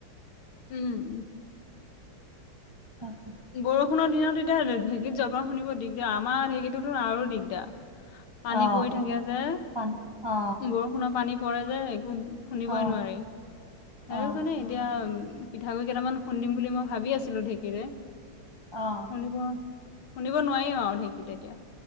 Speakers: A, on the left (about 80°); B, on the right (about 15°).
A: উম।
B: তাকে।
A: বৰষুণৰ দিনত এতিয়া ঢেঁকী জলপান খুন্দিব দিগদাৰ, আমাৰ ঢেঁকীটো আৰু দিগদাৰ। পানী
B: অ
A: পৰি থাকে যে,
B: পানী অ
A: বৰষুণৰ পানী পৰে যে, একো- শুনিবই
B: অ
A: নোৱাৰি, সেইটো
B: অ
A: কাৰণে- এতিয়া পিঠাগুড়ি কেইটামান খুন্দিম বুলি মই ভাবি আছিলো ঢেঁকীৰে।
B: অঁ।
A: সেইবোৰ খুন্দিব নোৱাৰি আৰু ঢেঁকীত এতিয়া।